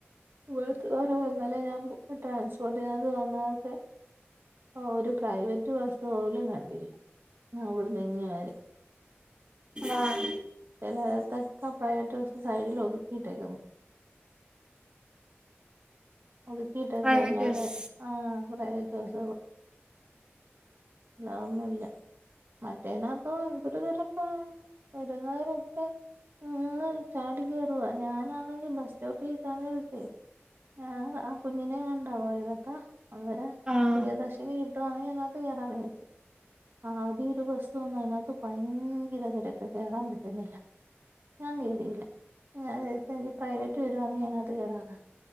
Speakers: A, on the right; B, on the right.
A: ഇവിഴത്തെ വെരെ വന്നല്ലേ ഞാൻ ട്രാൻസ്പോർട്ടിനകത്ത് വന്നതൊക്കെ ഒരു പ്രൈവറ്റ് ബസ് പോലും കണ്ടില്ല അവിടെന്ന് ഇങ്ങ വരെ
B: ആഹ്
A: ചിലത്തക്കെ പ്രൈവറ്റ് ബസ്സൊക്കെ സൈഡിൽ ഒതുക്കിയിട്ടേക്ക ഒതുക്കിയിട്ടേക്ക
B: പ്രൈവറ്റ്
A: അല്ലാതെ
B: ബസ്
A: ആഹ് പ്രൈവറ്റ് ബസ്സള് അല്ലാതെ ഒന്നും ഇല്ല മറ്റേനകത്ത എന്തൊരു തിരക്ക വരുന്നവരൊക്കെ ഉം ചാടിക്കേറുവ ഞാനാണെങ്കിൽ ബസ് സ്റ്റോപ്പിൽേക്കാന്നരട്ടേ ആഹ് കുഞ്ഞിനെയ കൊണ്ടാ പോയതേട്ടോ അവര്
B: ആഹ്
A: പ്രിയദർശിനി കിട്ടു ആണെങ്കിൽ അതിനകത്ത് കേരമാണ് വിചാരിച്ചു ആദ്യ ഒരു ബസ് വന്നു അതിനകത്ത് ഭയങ്കര തിരക്ക് കേറാൻ പറ്റുന്നില്ല ഞാൻ കയറിയില്ല ഞാൻ എനിക്ക് പ്രൈവറ്റ് വരുവാണെന്ന് ഞാൻ അത് കയറാന്ന്